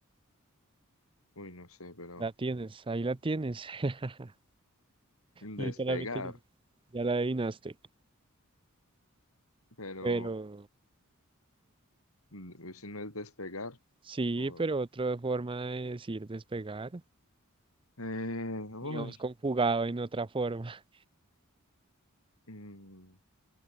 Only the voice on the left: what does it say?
uy, no sé, pero
despegar.
Pero
mm, si no es despegar.
O,
eh, uy.
mm,